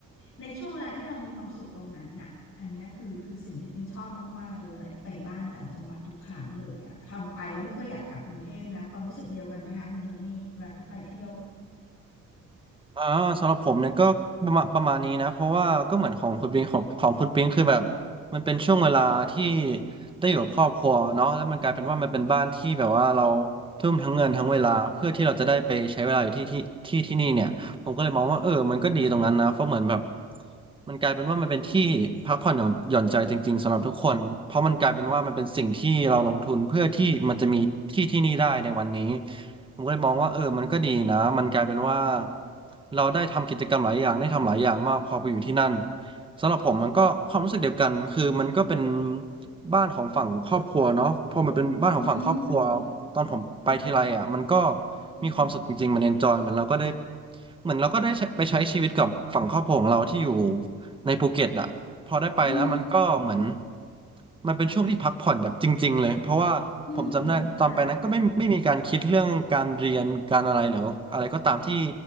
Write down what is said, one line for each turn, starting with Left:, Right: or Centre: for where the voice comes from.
Left: ในช่วงเวลาที่เรามีความสุขตรงนั้นน่ะอันเนี้ยคือคือสิ่งที่ปิงชอบมากๆเลยเวลาที่ไปบ้านต่างจังหวัดทุกครั้งเลยอ่ะทำไปแล้วไม่ค่อยอยากกลับกรุงเทพนะความรู้สึกเดียวกันไหมคะคุณโทนี่เวลาที่ไปเที่ยว
Right: อ่าสำหรับผมเนี่ยก็ประมาณประมาณนี้นะเพราะว่าก็เหมือนของคุณปิงของของคุณปิงคือแบบมันเป็นช่วงเวลาที่ได้อยู่กับครอบครัวเนาะแล้วมันกลายเป็นว่ามันเป็นบ้านที่แบบว่าเราทุ่มทั้งเงินทั้งเวลาเพื่อที่เราจะได้ไปใช้เวลาอยู่ที่ที่ที่ที่นี่เนี่ย ผมก็เลยมองว่าเออมันก็ดีตรงนั้นนะเพราะเหมือนแบบมันกลายเป็นว่ามันเป็นที่พักผ่อนหย่อนหย่อนใจจริงๆสำหรับทุกคนเพราะมันกลายเป็นว่ามันเป็นสิ่งที่เราลงทุนเพื่อที่มันจะมีที่ที่นี่ได้ในวันนี้ผมก็เลยมองว่าเออมันก็ดีนะมันกลายเป็นว่าเราได้ทำกิจกรรมหลายอย่างได้ทำหลายอย่างมากพอไปอยู่ที่นั่น สำหรับผมมันก็ความรู้สึกเดียวกันคือมันก็เป็นบ้านของฝั่งครอบครัวเนาะพอมันเป็นบ้านของฝั่งครอบครัว
Left: อืม
Right: ตอนผมไปทีไรอ่ะมันก็
Left: ค่ะอืม
Right: มีความสุขจริงๆมันเอนจอยเหมือนเราก็ได้เหมือนเราก็ได้ใช้ไปใช้ชีวิตกับฝั่งครอบครัวของเราที่อยู่ในภูเก็ตอ่ะพอได้ไปแล้วมันก็เหมือน
Left: อืม
Right: มันเป็นช่วงที่พักผ่อนแบบจริงๆเลย เพราะว่าผมจำได้ตอนไปนั้นก็ไม่ไม่มีการคิดเรื่องการเรียนการอะไรหรือว่าอะไรก็ตามที่
Left: อืมอืมเข้าใจ